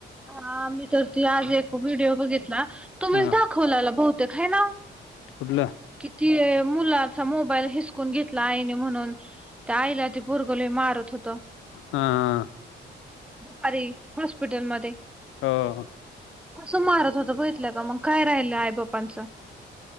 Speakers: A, in the centre; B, on the left.
A: हा. मी तर ते आज एक व्हिडिओ बघितला. तुम्हीच
B: हा
A: दाखवलेला भवतेक हाय ना ओ?
B: कुठला?
A: कि ते मुलाचा मोबाईल हिसकून घेतला आईने म्हणून त्या आईला ते पोरगं लय मारत होतं.
B: हं.
A: दुपारी हॉस्पिटलमध्ये,
B: हो हो.
A: कसं मारत होतं, बघितलं का? मंग काय राहिलं आई बापांचं.